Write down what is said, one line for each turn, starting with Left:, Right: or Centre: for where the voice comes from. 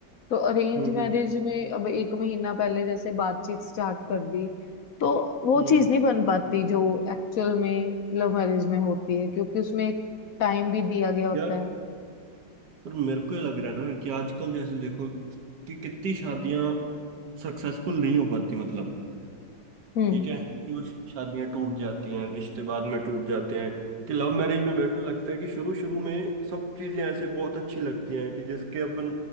Left: तो अरेंज
Right: हम्म
Left: मैरिज
Right: हम्म
Left: में अब एक महीना पहले जैसे बातचीत स्टार्ट कर दी तो वो
Right: हम्म।
Left: चीज नहीं बन पाती जो एक्चुअल में लव मैरिज में होती है क्योंकि उसमें एक टाइम भी दिया गया होता
Right: यार
Left: है
Right: पर मेरे को ये लग रहा है ना कि आजकल जैसे देखो कि कितनी शादियां सक्सेसफुल नहीं हो पाती मतलब
Left: हम्म
Right: ठीक है क्यों शादियां टूट जाती हैं रिश्ते बाद में टूट जाते हैं कि लव मैरिज में मेरे को लगता है कि शुरू शुरू में सब चीजें ऐसे बहुत अच्छी लगती हैं कि जिसके अपन